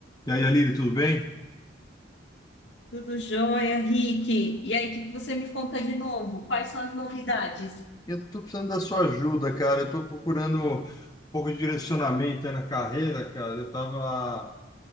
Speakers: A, on the left; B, on the left.
A: E aí, Aline, tudo bem?
B: Tudo jóia, Rick. E aí, o que que você me conta de novo? Quais são as novidades?
A: Eu estou precisando da sua ajuda, cara. Eu estou procurando um pouco de direcionamento aí na carreira, cara. Eu tava,